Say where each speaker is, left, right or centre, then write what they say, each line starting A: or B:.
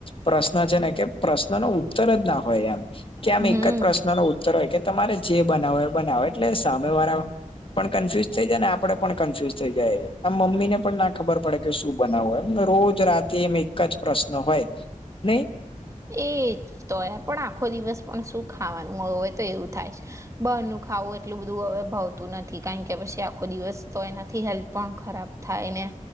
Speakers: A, on the left; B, on the right.
A: પ્રશ્ન છે, ને કે પ્રશ્ન ન ઉત્તર જ ના હોય એમ કે આમ
B: હમ
A: એક જ પ્રશ્ન ન ઉત્તર હોય કે તમારે જે બનાવો એ બનાવો એટલે સામે વારા પણ કન્ફ્યુઝ થઈ જાય ને આપડે પણ કન્ફ્યુઝ થઈ જાય આમ મમ્મીને પણ ના ખબર પડે કે શું બનાવવો એમ રોજ રાતે એમ એક જ પ્રશ્ન હોય નહીં
B: એ જ તો યાર પણ આખો દિવસ પણ શું ખાવાનું હોય તો એવું થાય છે. બહારનું ખાવું એટલું બધું હવે ભાવતુ નથી કારણ કે પછી આખો દિવસ તો એનાથી હેલ્થ પણ ખરાબ થાય ને